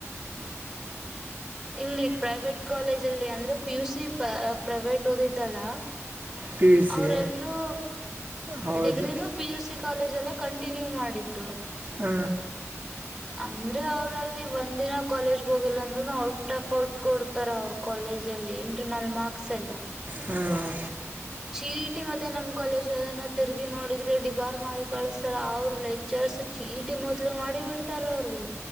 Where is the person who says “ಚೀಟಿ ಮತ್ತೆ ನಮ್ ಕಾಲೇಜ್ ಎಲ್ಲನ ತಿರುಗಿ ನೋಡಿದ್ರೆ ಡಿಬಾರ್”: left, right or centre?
Centre